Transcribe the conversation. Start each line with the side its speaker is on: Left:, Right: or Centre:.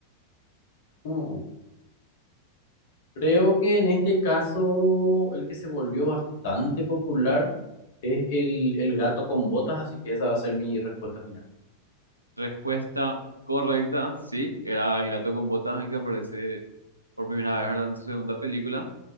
Left: Uh, creo que en este caso el que se volvió bastante popular es el, el gato con botas, así que esa va a ser mi respuesta final.
Right: Respuesta correcta, sí, era el gato con botas el que aparece por primera vez, ¿verdad? En su segunda película